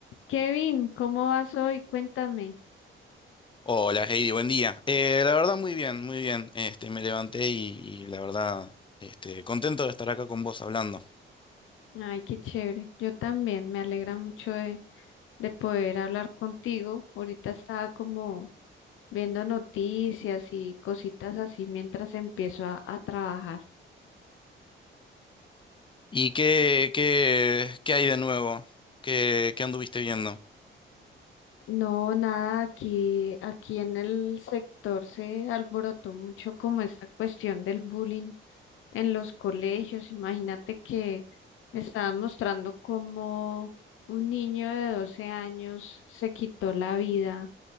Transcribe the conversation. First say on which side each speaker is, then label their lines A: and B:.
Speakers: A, on the left (about 85°); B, on the left (about 25°).
A: Kevin, ¿cómo vas hoy? Cuéntame.
B: Hola Heidi, buen día. Eh, la verdad muy bien, muy bien. Este, me levanté y, y la verdad, este, contento de estar acá con vos hablando.
A: Ay, qué chévere. Yo también. Me alegra mucho de, de poder hablar contigo. Ahorita estaba como viendo noticias y cositas así mientras empiezo a, a trabajar.
B: ¿Y qué, qué, qué hay de nuevo? ¿Qué, qué anduviste viendo?
A: No, nada, aquí, aquí en el sector se alborotó mucho como esta cuestión del bullying en los colegios. Imagínate que estaban mostrando cómo un niño de 12 años se quitó la vida